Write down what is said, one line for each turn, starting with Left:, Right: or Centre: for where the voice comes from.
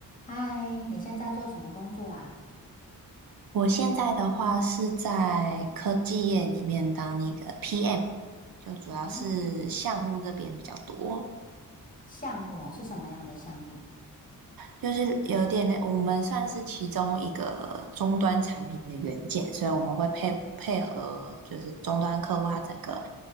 Left: 嗨，你现在做什么工作啊？
Right: 我现在的话是在科技业里面当那个 PM，就主要是项目这边比较多，
Left: 哦，项目哦是什么样的项目？
Right: 就是有点类我们算是其中一个终端产品的元件，所以我们会配配合就是终端客户他整个